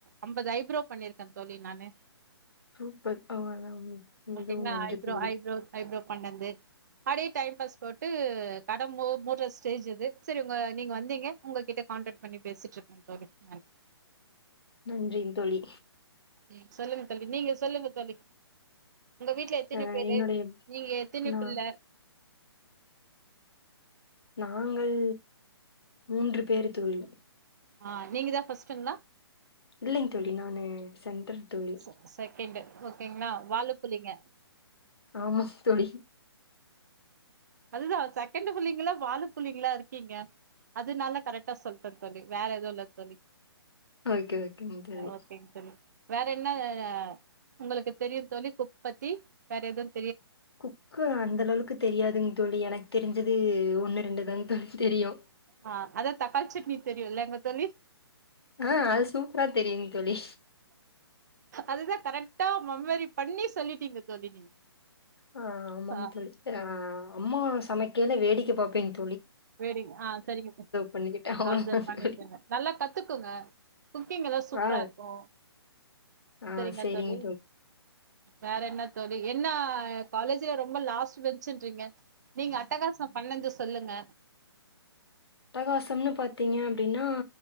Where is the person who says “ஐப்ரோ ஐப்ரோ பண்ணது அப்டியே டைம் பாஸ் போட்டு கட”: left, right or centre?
Right